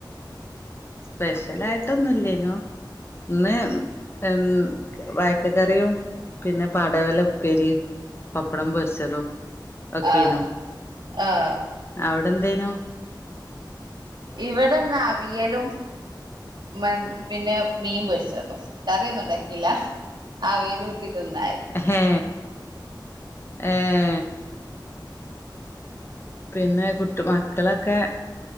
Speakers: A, on the left; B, on the right.
A: സ്പെഷ്യൽ ആയിട്ടൊന്നും ഇല്ലേനു ഇന്ന് ഉം വായയ്ക്ക കറിയും പിന്നെ പടവലം ഉപ്പേരിയും പപ്പടം പൊരിച്ചതും ഒക്കേനോ
B: ആഹ് ആഹ്
A: അവിടെ എന്തേനോ
B: ഇവിടെന്ന അവിയലും മെൻ പിന്നെ മീൻ പൊരിച്ചതും. കറിയൊന്നുംണ്ടാക്കില്ല അവിയലൂട്ടി തിന്നാര്തി.
A: ഹ് ഏഹ്. പിന്നെ കുട്ട് മക്കളൊക്കെ